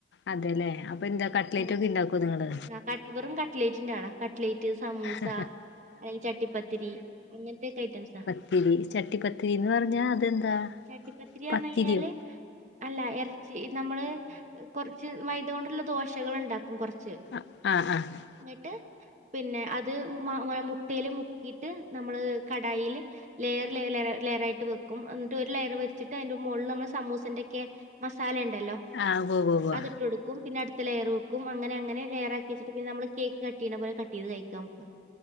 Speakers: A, on the left; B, on the right.
A: അതെല്ലേ അപ്പൊ എന്താ കട്ട്ലേറ്റ്
B: ആ
A: ഒക്കെ ഇണ്ടാക്കോ നിങ്ങള്
B: ആ വെറും കട്ട്ലേറ്റിണ്ടടാ കട്ലേറ്റ് സമൂ
A: <unintelligible>
B: അ ഈ ചട്ടിപ്പത്തിരി ഇങ്ങനത്തെക്കെ ഐറ്റംസാ
A: <unintelligible> പത്തിരി ചട്ടി പത്തിരിന്ന് പറഞ്ഞാ അതെന്താ
B: ചട്ടിപ്പത്തിരി
A: പത്തിരിയോ
B: പറഞ്ഞ് കഴിഞ്ഞാല് അല്ല ഇറച്ചി നമ്മള് കുറച്ച് മൈത കൊണ്ടുള്ള ദോശകൾ ഉണ്ടാക്കും കൊറ ച്ച്
A: ആ ആഹ് ആഹ്
B: ന്ന്ട്ട് പിന്നെ അത് മ മുട്ടൽ മുക്കിയിട്ട് നമ്മള് കടായില് ലെയർ ലെയർ ആയിട്ട് വെക്കും എന്നിട്ട് ഒരു ലെയർ വെച്ചിട്ട് അതിന്റെ മുകളിൽ നമ്മൾ സമൂസിന്റെൊക്കെ മസാല ഇ ലല്ലോ
A: ആഹ് ഉവ്വ് ഉവ്വ് ഉവ്വ്
B: അത്ട്ട് കൊടുക്കും പിന്നെ അടു ലെയർ വക്കും അങ്ങന അങ്ങനെ ലെയറക്കി വെിട്ട് പിന്ന നമ്മള് കേക്ക് കട്ട് ചെയ്യണ പോലെ കട്ട്ത് കഴിക്കാം <unintelligible>